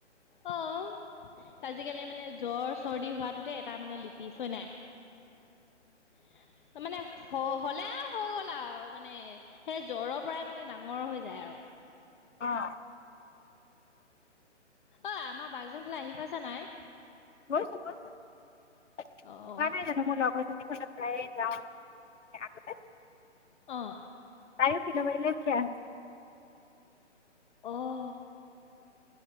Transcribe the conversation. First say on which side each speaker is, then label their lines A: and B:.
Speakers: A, on the left (about 40°); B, on the left (about 75°).
A: অ', আজিকালি মানে জ্বৰ চৰ্দি হোৱাটোতে এটা মানে লিপিচ হয় নাই। <unintelligible> মানে হলে হৈ গ'ল আৰু মানে সেই জ্বৰৰ পৰাই মানে ডাঙৰ হৈ যায় আৰু
B: অ',
A: অ', আমাৰ বাগজান ফালে আহি পাইছা নাই?
B: গৈছোঁ-গৈছোঁ, কোৱা
A: অ',
B: নাই জানোঁ মোৰ লগৰজনী ঘৰলৈ প্ৰায়ে যাওঁ আগতে
A: অ',
B: তায়ো <unintelligible> বেয়া।
A: অ',